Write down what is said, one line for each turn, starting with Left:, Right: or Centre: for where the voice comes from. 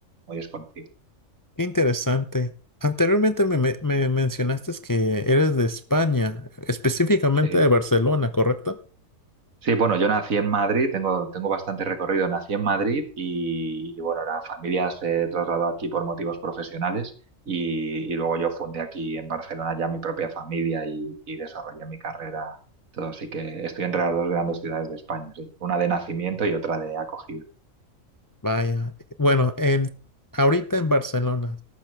Right: desconocida.
Left: Qué interesante. Anteriormente me, me- me mencionaste que eres de España, específicamente
Right: Sí.
Left: de Barcelona, ¿correcto?
Right: Sí, bueno, yo nací en Madrid, tengo, tengo bastante recorrido, nací en Madrid y, y, bueno, la familia se trasladó aquí por motivos profesionales y, y luego yo fundé aquí en Barcelona ya mi propia familia y, y desarrollé mi carrera, todo, así que estoy entre las dos grandes ciudades de España, sí, una de nacimiento y otra de acogida,
Left: Vaya. Bueno, en ahorita en Barcelona.